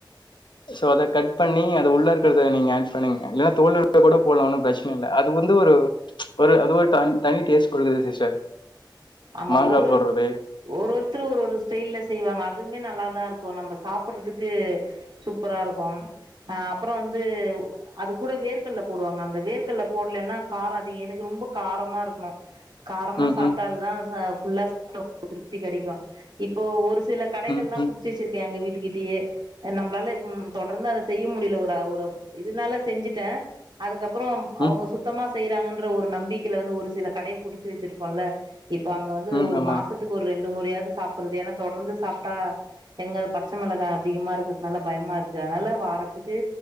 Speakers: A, on the left; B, on the right.
A: சோ அத கட் பண்ணி அது உள்ள இருக்குறத நீங்க ஆட் பண்ணிங் இல்லனா தோல்ல கூட போடலா ஒன்னு பிரச்சன இல்ல அது வந்து ஒரு ஒரு அது ஒரு த தனி டேஸ்ட் குடுக்குது சிஸ்டர்
B: ஆமா
A: மாங்கா
B: ஒரு ஒரு
A: போடுறது
B: ஒரு ஒருத்தர் ஒரு ஒரு ஸ்டைல்ல செய்வாங்க அதுவுமே நல்லாதா இருக்கு நம்ப சாப்புடுறதுக்கு சூப்பரா இருக்கும் அ அப்பறோ வந்து அது கூட வேர்க்கல்ல போடுவாங்க அந்த வேர்க்கல்ல போடலன்னா காரோ அது எனக்கு ரொம்ப காரமா இருக்குனு காரமா
A: ம்
B: சாப்ட்டா
A: ம்
B: அதுதா ச ஃபுல்லா சாப்ட <inaudible> திருப்தி கெடைக்கு இப்போ ஒரு சில கடைகள்லா
A: ம் ம்
B: புடிச்சி வச்சிருக்கே எங்க வீட்டுக்கிட்டயே போ நம்மளால ம் தொடர்ந்து அத செய்ய முடியல ஒரு அ ஒரு இதனால செஞ்சுட்டே அதுக்கப்றோம்
A: ம்
B: அவுங்க சுத் தமா செய்றாங்கன்ற ஒரு நம்பிக்கைல வந்து ஒரு சில கடைய புடிச்சு வச்சிருக்கோல்ல இப்ப அங்க வந்து
A: ம்
B: ஒரு
A: ஆமா
B: மாசத் த்துக்கு ஒரு ரெண்டு முறையாவ்து சாப்புறது ஏனா தொடர்ந்து சாப்ட்டா எங்க அது பச்ச மெளகா அதிகமா இருக்கிறதுனால பயமா இருக்கு அதனால வாரத்துக்கு